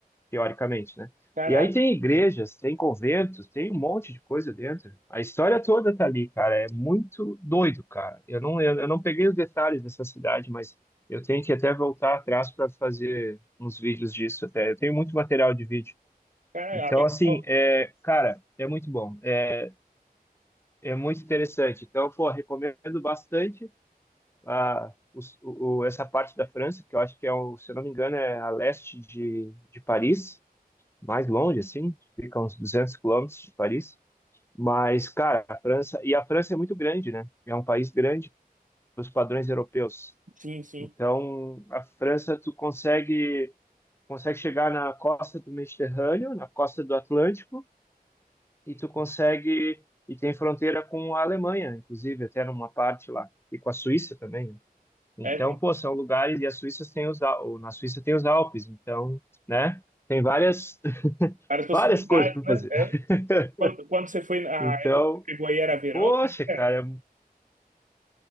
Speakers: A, on the left; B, on the right.
A: teoricamente, né?
B: Caraca,
A: E aí tem igrejas, tem conventos, tem um monte de coisa dentro. A história toda tá ali, cara, é muito doido, cara. Eu não, eu, eu não peguei os detalhes dessa cidade, mas eu tenho que até voltar atrás para fazer uns vídeos disso até. Eu tenho muito material de vídeo.
B: caraca,
A: Então,
B: legal.
A: assim, é, cara, é muito bom. É, é muito interessante. Então, pô, recomendo bastante a, os- o, o- essa parte da França, que eu acho que é, o, se eu não me engano, é a leste de, de Paris, mais longe, assim, fica uns 200 quilômetros de Paris. Mas, cara, a França, e a França é muito grande, né? É um país grande para os padrões europeus.
B: Sim, sim.
A: Então, a França, tu consegue, consegue chegar na costa do Mediterrâneo, na costa do Atlântico, e tu consegue, e tem fronteira com a Alemanha, inclusive, até numa parte lá, e com a Suíça também, né? Então,
B: É, tem
A: pô, são lugares, e a Suíça tem os, Al- ou na Suíça tem os Alpes, então, né? Tem várias, <laughs>
B: várias possibilidades,
A: várias coisas para
B: né?
A: fazer.
B: É.
A: <laughs>
B: Quando, quando você foi na
A: Então,
B: época que você pegou aí, era verão?
A: poxa,
B: Como que
A: cara,
B: era?